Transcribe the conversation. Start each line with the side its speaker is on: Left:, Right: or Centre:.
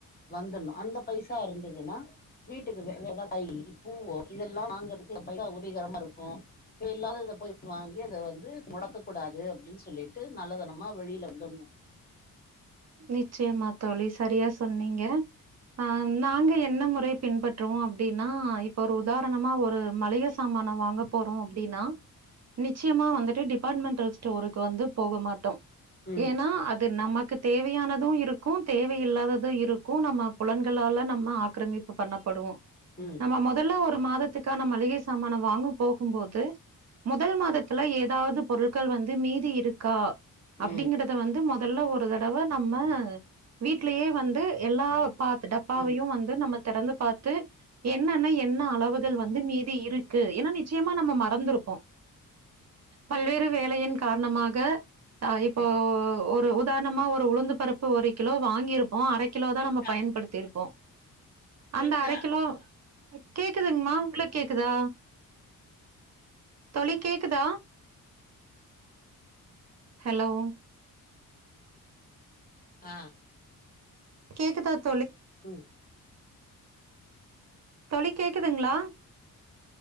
Left: வந்துணும் அந்த பைசா இருந்ததுன்னா வீட்டுக்கு எதா காய் பூவோ இதெல்லாம் வாங்கறக்குல பைசா உரிகரமா இருக்கும். இல்லாதத போய் வாங்கி அத வந்து முடக்க கூடாது அப்படின்னு சொல்லிட்டு நல்லதனமா வெளியில தருனு
Right: நிச்சயமா தோழி சரியா சொன்னீங்க. அஹ் நாங்க என்ன முறை பின்பற்றுவோம் அப்படின்னா இப்ப ஒரு உதாரணமா ஒரு மளிகை சாமானம் வாங்க போறோம் அப்படின்னா நிச்சயமா வந்துட்டு டிபார்ட்மென்ண்டல் ஸ்டோருக்கு வந்து போக மாட்டோம்.
Left: ம்
Right: ஏன்னா அது நமக் தேவையானதும் இருக்கும் தேவையில்லாததும் இருக்கும் நம்ம புலன்களால நம்ம ஆக்கிரமிப்பு பண்ணப்படுவோம்.
Left: ம்
Right: நம்ம முதல்ல ஒரு மாத த்துக்கான மளிகை சாமான வாங்க போகும்போது முதல் மாதத்துல எது அதாவது பொருட்கள் வந்து மீதி இருக்கா அப்டிங்கறத
Left: ம்
Right: வந்து மொ தல்ல ஒரு ரு தடவே நம்ம வீட்லயே வந்து எல்லா பாத்து டப்பாவையு
Left: ம்
Right: வந்து நம்ம தெறந்து பாத்து என்னன்ன என்ன அளவுகள் வந்து மீது இருக்கு ஏன்னா நிச்சயமா நம்ம மறந்துருப்போ பல்வேறு வேலையின் கார்ணமாக ஆ இப்போ
Left: ஹலோ
Right: ஓ ஒரு உ தார்ணம்மா ஒரு உளுந்து பருப்பு ஒரு கிலோ வாங்கியிரு போ அரே கிலோ தா
Left: கேக்குதா
Right: நம்ம பயன்படுத்தியிருப்போ அந்த
Left: கேக்குதா
Right: அரே கிலோ கேக்குதுங்கமா உங்களுக் கேக்குதா தோழி கேக்குதா ஹலோ
Left: ஆ
Right: கேக்குதத்
Left: உம்
Right: தோழி கேக்குதுங்ளா